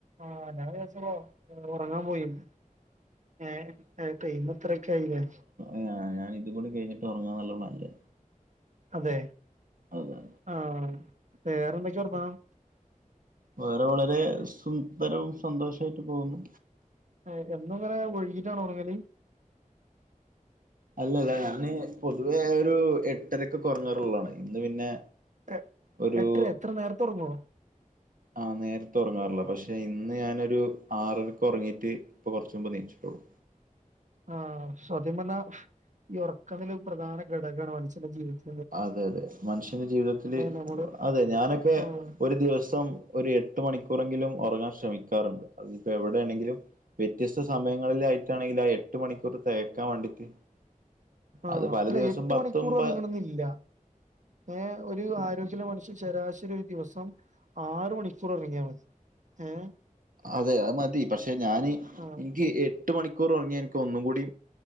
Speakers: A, on the right; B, on the right.
A: ആഹ് ഞാൻ വിചാരിച്ചു നിങ്ങൾ ഉറങ്ങാൻ പോയീന്ന് ഏഹ് ടൈം ഇത്രൊക്കെ ആയില്ലെ
B: ഏഹ് അ ഞാൻ ഇത് കൂടി കഴിഞ്ഞിട്ട് ഉറങ്ങാന്നുള്ള പ്ലാനില
A: അതെ
B: അതെ
A: ആഹ് വേറെന്തൊക്കെ വർത്താനം
B: വേറെ വളരെ സുന്ദരവും സന്തോഷമായിട്ട് പോകുന്നു
A: ഏഹ് എന്നും ഇങ്ങനെ വൈകീട്ടാണോ ഒറങ്ങല്?
B: അല്ലല്ല ഞാന് പൊതുവേ ഒരു എട്ടരക്കൊക്കെ ഒറങ്ങാറുള്ളതാണ് ഇന്ന് പിന്നെ
A: എ
B: ഒരു
A: എട്ടര ഇത്ര നേരത്തെ ഒറങ്ങോ?
B: ആഹ് നേരത്തെ ഒറങ്ങാറ്ള്ളതാ പക്ഷെ ഇന്ന് ഞാനൊരു ആറരക്ക് ഒറങ്ങീറ്റ് ഇപ്പ കൊറച്ച് മുമ്പ് എണീച്ചിട്ടോള്ളൂ
A: ആഹ് സത്യം പറഞ്ഞാ ഈ ഒറക്ക <unintelligible> ഒരു പ്രധാന ഘടകാണ് മനുഷ്യന്റെ ജീവിതത്തില്
B: അതെ അതെ മനുഷ്യന്റെ ജീവിതത്തില്
A: നമ്മള്
B: അതെ ഞാനൊക്കെ
A: ആഹ്
B: ഒരു ദിവസം ഒരു എട്ട് മണിക്കൂറെങ്കിലും ഒറങ്ങാൻ ശ്രമിക്കാറുണ്ട് അതിപ്പോ എവിടാണെങ്കിലും വ്യത്യസ്ത സമയങ്ങളിലായിട്ടാണെങ്കിൽ ആ എട്ട് മണിക്കൂർ തികക്കാൻ വേണ്ടിട്ട്
A: ആഹ്
B: അത് പല
A: അല്ല
B: ദിവസം
A: എട്ട്
B: പത്തും
A: മണിക്കൂർ ഒറങ്ങണന്നില്ല
B: പ
A: ഏഹ് ഒരു ആരോഗ്യള്ള മനുഷ്യൻ ശരാശരി ഒരു ദിവസം ആറ് മണിക്കൂർ ഒറങ്ങിയാ മതി. ഏഹ്
B: അതെ അത് മതി പക്ഷെ ഞാന്
A: ആഹ്
B: ഇനിക്ക് എട്ട് എട്ട് മണിക്കൂർ ഒറങ്ങിയാ ഇനിക്ക് ഒന്നും കൂടി